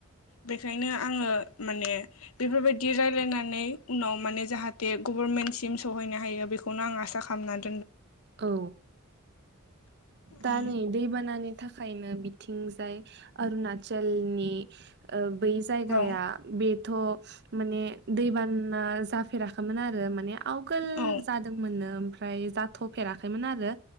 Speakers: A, on the left (about 75°); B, on the right (about 50°).
A: बेखायनो आङो माने बेफोरबायदि रायज्लायनानै उनाव माने जाहाथे गभर्नमेन्टसिम सहैनो हायो बेखौनो आं आसा खालामनानै
B: औ दा
A: उम
B: नै दैबानानि थाखायनो बिथिंजाय अरुणाचलनि बै जायगाया
A: औ
B: बे थ' माने दैबाना जाफेराखैमोन आरो माने आवगोल
A: औ
B: जादोंमोननो ओमफ्राय जाथ'फेराखैमोन आरो